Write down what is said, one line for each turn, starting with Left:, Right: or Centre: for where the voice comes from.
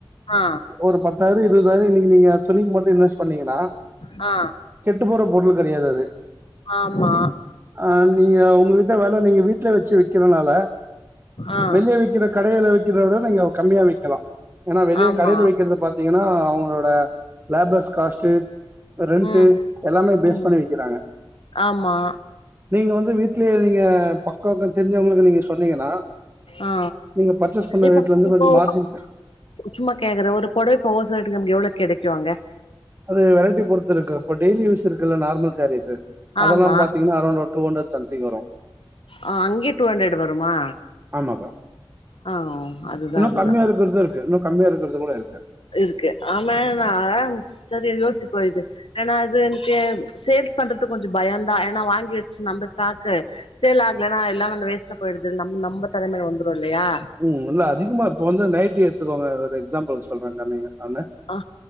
Left: ஆ
Right: ஒரு பத்தாயிரோ இருபதாயிரோ இன்னிக்கு நீங்க துணிக்கு மட்டு இன்வெஸ்ட் பண்ணீங்கன்னா
Left: ஆ
Right: கெட்டு போற பொருள் கெடையாது அது
Left: ஆமா
Right: ஆ நீங்க ஒங்கள்ட்ட வேல நீங்க வீட்ல வச்சு விக்கினால
Left: ஆ
Right: வெளியே விக்கிற கடையில விக்கிற விட நீங்க கம்மியா விக்கலா ஏன்னா வெளிய
Left: ஆமா
Right: கடையில விக்கிறத பாத்தீங்கன்னா அவங்களோட லேபர்ஸ் காஸ்ட் ரெண்ட்டு
Left: ம்
Right: எல்லாமே பேஸ்
Left: ம்
Right: பண்ணி விக்கிறாங்க
Left: ஆமா
Right: நீங்க வந்து வீட்லயே நீங்க பக்காக்னா தெரிஞ்சவங்கனு நீங்க சொன்னீங்கனா
Left: ஆ
Right: நீங்க பர்ச்சேஸ் பண்ண
Left: இப்போ
Right: ரேட்ல இருந்து
Left: இப்போ
Right: கொஞ்ச மார்ஜின்
Left: சும்மா கேக்கற ஒரு பொடவ ஹோல்சே ரேட்டுக்கு நமக்கு எவ்ளோ கெடைக்கு அங்க
Right: அது வெரைட்டி பொருத்து இருக்கு அப்ப டெய்லி யூஸ் இருக்குல்ல நார்மல் சேரீஸு அதெல்லா
Left: ஆமா
Right: பாத்தீங்னா அரோன்ட் ஒரு டூ ஹண்ரட் சக்திக்கு வரு
Left: ஆ அங்கியு டூ ஹண்ட்ரட் வருமா
Right: ஆமா பா
Left: ஆ அதுதா
Right: இன்னு
Left: அதுதா
Right: கம்மியா இருக்கறது இருக்கு இன்னு கம்மியா இருக்கறது கூட இருக்கு
Left: இருக்கு ஆமா நா செரி யோசிப்போ இது ஆனா அது எனக்கு சேல்ஸ் பண்றதுக்கு கொஞ்ச பயந்தா ஏனா வாங்கி வச்ட்டு நம்ப ஸ்டாக்கு சேல் ஆகலனா எல்லா வந்து வேஸ்டா போய்டுது நம் நம்ப தலைமேல வந்துரு இல்லையா
Right: ம் இல்ல அதிகமா இப்ப வந்து நைட்டி எடுத்துக்கோங்க ஒரு எக்ஸாம்பிள் சொல்றங்கன்னீங்க ஆன
Left: ஆ